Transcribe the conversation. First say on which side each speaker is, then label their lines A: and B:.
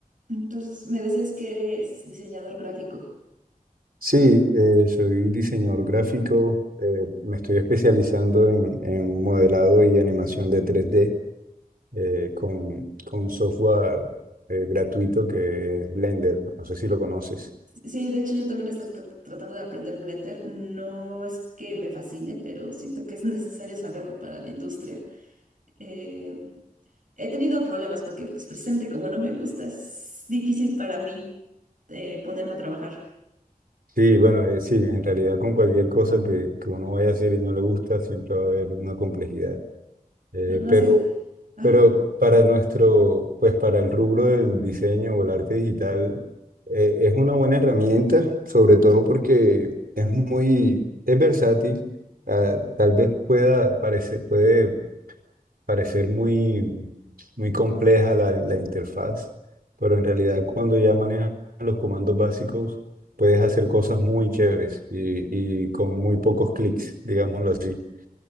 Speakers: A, on the right (about 60°); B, on the right (about 80°).
A: Entonces, me decías que eres diseñador gráfico.
B: Sí, eh, soy diseñador gráfico, eh, me estoy especializando en, en modelado y animación de tres d eh, con, con software eh, gratuito que es Blender, no sé si lo conoces.
A: Sí, de hecho yo también estoy tra- tratando de aprender Blender. No es que me fascine, pero siento que es necesario saberlo para la industria. Eh, he tenido problemas porque pues, precisamente como no me gusta, es difícil para mí eh, ponerme a trabajar.
B: Sí, bueno, eh, sí, en realidad con cualquier cosa que, que uno vaya a hacer y no le gusta, siempre va a haber una complejidad. Eh,
A: No, no
B: pero,
A: sé. Ajá.
B: pero para nuestro, pues para el rubro del diseño o el arte digital, eh, es una buena herramienta, sobre todo porque es muy, es versátil. Ah, tal vez pueda parecer, puede parecer muy, muy compleja la, la interfaz, pero en realidad cuando ya manejas los comandos básicos puedes hacer cosas muy chéveres y, y con muy pocos clics, digámoslo así.